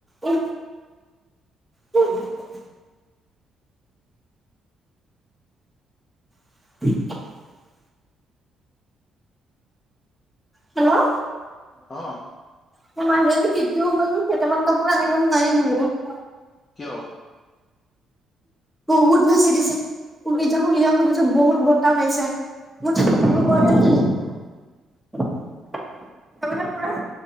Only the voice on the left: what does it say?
অ
কিয়?
অ',